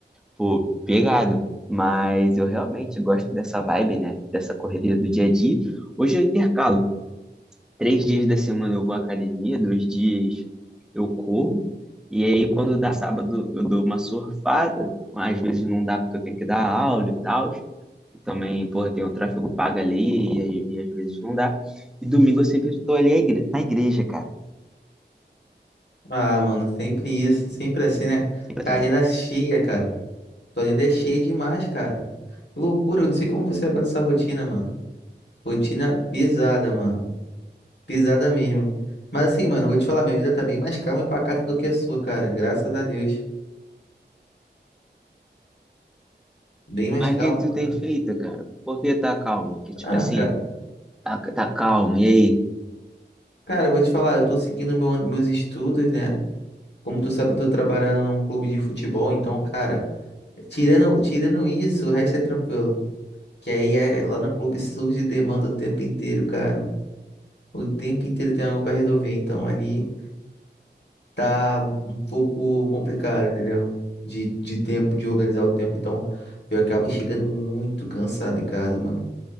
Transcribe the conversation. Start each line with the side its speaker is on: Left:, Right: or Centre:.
Centre: pô, pegado. Mas eu realmente gosto dessa vibe, né? Dessa correria do dia a dia. Hoje eu intercalo. Três dias da semana eu vou à academia, dois dias eu corro, e aí quando dá sábado eu dou uma surfada, às vezes não dá porque eu tenho que dar aula e tal, e também, porra, tem um tráfego pago ali, e, aí- e às vezes não dá, e domingo eu sempre tô ali à igre- na igreja, cara,
Left: Ah, mano, sempre isso, sempre assim, né?
Centre: sempre
Left: Cara,
Centre: assim,
Left: a
Centre: né?
Left: agenda é cheia, cara. Tua agenda é cheia demais, cara. Que loucura, eu não sei como você aguenta essa rotina, mano. Rotina pesada, mano. Pesada mesmo. Mas assim, mano, eu vou te falar, minha vida tá bem mais calma e pacata do que a sua, cara. Graças a Deus. Bem mais
Centre: Mas
Left: calma.
Centre: o que que tu tem feito, cara? Por que tá calmo? Que tipo
Left: Ah,
Centre: assim,
Left: cara.
Centre: tá, tá calmo, e aí?
Left: Cara, eu vou te falar, eu tô seguindo meu- meus estudos, né? Como tu sabe, eu tô trabalhando num clube de futebol, então, cara, tirando, tirando isso, o resto é tranquilo. Que aí é, lá no clube surge demanda o tempo inteiro, cara. O tempo inteiro tem algo pra resolver, então ali tá um pouco complicado, entendeu? De, de tempo, de organizar o tempo, então eu acabo chegando muito cansado em casa, mano.